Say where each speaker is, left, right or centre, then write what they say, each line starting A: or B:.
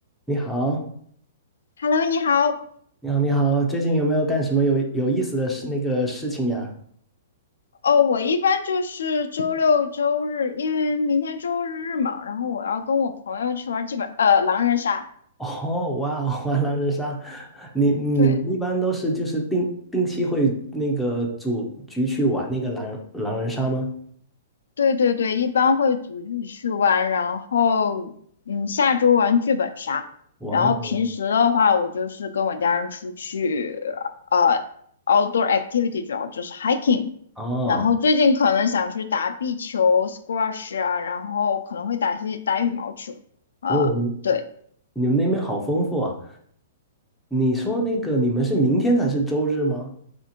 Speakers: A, in the centre; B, on the left.
A: 你好，
B: Hello，你好。
A: 你好，你好，最近有没有干什么有有意思的事那个事情呀？
B: 哦，我一般就是周六周日，因为明天周日嘛，然后我要跟我朋友去玩剧本，呃，狼人杀。
A: <laughs> 哦，哇哦，玩狼人杀，你你们一般都是就是定定期会那个组局去玩那个狼狼人杀吗？
B: 对，对对对，一般会组局去玩，然后嗯，下周玩剧本杀，
A: 哇哦，
B: 然后平时的话，我就是跟我家人出去，呃，outdoor activity 主要就是 hiking，
A: 哦
B: 然后最近可能想去打壁球、squash 啊，然后可能会打些打羽毛球，呃。
A: 哦，你
B: 对。
A: 你们那边好丰富啊！你说那个你们是明天才是周日吗？